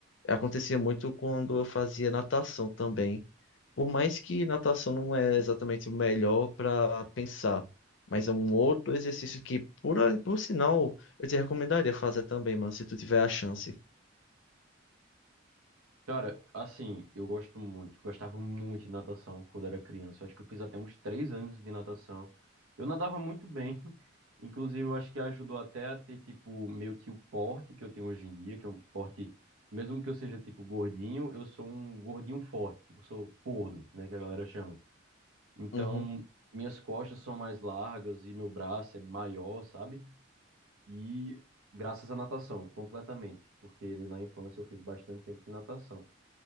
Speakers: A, on the left; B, on the right.
A: Acontecia muito quando eu fazia natação também. Por mais que natação não é exatamente o melhor para pensar, mas é um outro exercício que, por, por sinal, eu te recomendaria fazer também, mano, se tu tiver a chance.
B: Cara, assim, eu gosto muito, gostava muito de natação quando era criança. Eu acho que eu fiz até uns três anos de natação. Eu nadava muito bem, <laughs> inclusive eu acho que ajudou até a ter, tipo, meio que o porte que eu tenho hoje em dia, que é um porte, mesmo que eu seja, tipo, gordinho, eu sou um gordinho forte, tipo, sou gordo, né, que a galera chama. Então,
A: Uhum,
B: minhas costas são mais largas e meu braço é maior, sabe? E graças à natação, completamente, porque na infância eu fiz bastante tempo de natação.